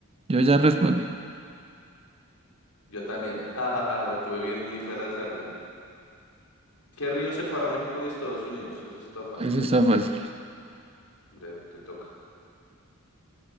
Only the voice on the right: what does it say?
Yo ya respondí.
Eso está fácil.